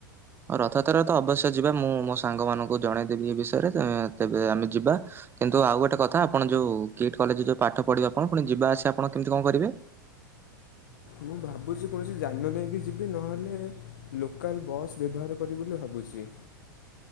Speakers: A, on the right; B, on the left.
A: ରଥଯାତ୍ରା ରେ ତ ଅବଶ୍ୟ ଯିବା ମୁଁ ମୋ ସାଙ୍ଗ ମାନଙ୍କୁ ଜଣେଇଦେବି ଏ ବିଷୟରେ ଏ ତେବେ ଆମେ ଯିବା। କିନ୍ତୁ ଆଉ ଗୋଟେ କଥା ଆପଣ ଯୋଉ କିଟ୍ କଲେଜରେ ଯୋଉ ପାଠ ପଢ଼ିବେ ଆପଣ ପୁଣି ଯିବା ଆସିଆ ଆପଣ କେମିତି କଣ କରିବେ?
B: ମୁଁ ଭାବୁଛି କୌଣସି ଯାନ ନେଇକି ଯିବି ନହେଲେ ଲୋକାଲ୍ ବସ୍ ବେବହାର କରିବି ବୋଲି ଭାବୁଛି?